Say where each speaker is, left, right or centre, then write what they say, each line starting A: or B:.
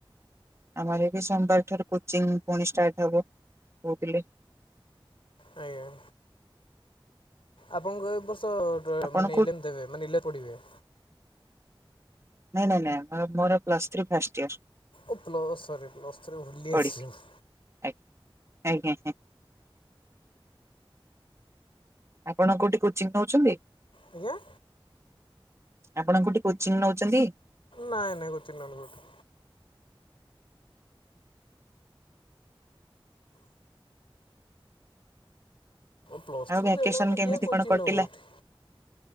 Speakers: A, on the right (about 30°); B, on the left (about 70°).
A: ଆମର ବି ସୋମବାର ଠାରୁ କୋଚିଂ ପୁଣି ଷ୍ଟାର୍ଟ ହବ କହୁଥିଲେ।
B: ଆଜ୍ଞାା। ଆପଣଙ୍କୁ ଏ ବର୍ଷ
A: ଆପଣ
B: ମାନେ
A: କୋଉ
B: ଇଲେ ଦେବେ ମାନେଲେ ପଡ଼ିବେ।
A: ନାଇଁ ନାଇଁ ନାଇଁ ମୋର ପ୍ଲସ ଥ୍ରୀ ଫାଷ୍ଟ ଇୟର।
B: ଓ ପ୍ଲସ୍ ସରି ପ୍ଲସ୍ ଥ୍ରୀ ଭୁଲି ଯାଇଥିଲି
A: ପଢିବି
B: ମୁଁ।
A: ଆଜ୍ଞା ଆଜ୍ଞା ହଁ। ଆପଣ କୋଉଠି କୋଚିଂ ନଉଛନ୍ତି?
B: ଆଜ୍ଞା।
A: ଆପଣ କୋଉଠି କୋଚିଂ ନଉଛନ୍ତି?
B: ନାଇଁ ନାଇଁ କୋଉଠି? ପ୍ଲସ୍ ଥ୍ରୀ
A: ଆଉ ଭ୍ୟାକେସନ
B: ହେଲା ମାନେ
A: କେମିତି
B: କିଏ କୋଚିଂ
A: କ'ଣ କଟିଲା
B: ନବ କୋଉଠି।